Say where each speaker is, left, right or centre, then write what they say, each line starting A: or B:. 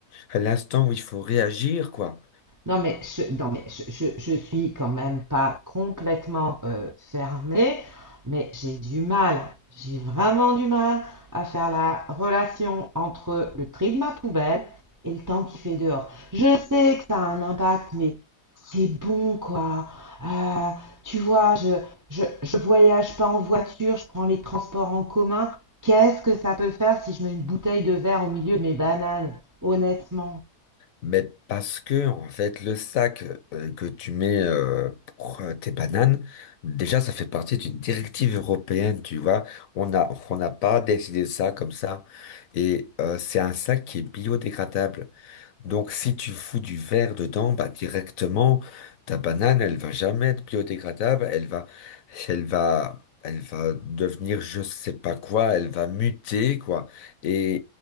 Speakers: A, on the left (about 65°); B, on the right (about 30°).
A: à l'instant où il faut réagir quoi.
B: Non, mais je, non, mais je, je, je suis quand même pas complètement euh, fermée, mais j'ai du mal, j'ai vraiment du mal à faire la relation entre le tri de ma poubelle et le temps qu'il fait dehors. Je sais que ça a un impact, mais c'est bon, quoi. Euh, tu vois, je, je, je voyage pas en voiture, je prends les transports en commun. Qu'est-ce que ça peut faire si je mets une bouteille de verre au milieu de mes bananes, honnêtement?
A: Mais parce que, en fait, le sac euh, que tu mets euh, pour euh, tes bananes, déjà, ça fait partie d'une directive européenne, tu vois. On n'a on n'a pas décidé ça comme ça. Et euh, c'est un sac qui est biodégradable. Donc, si tu fous du verre dedans, bah, directement, ta banane, elle va jamais être biodégradable, elle va, elle va, elle va devenir je sais pas quoi, elle va muter, quoi. Et,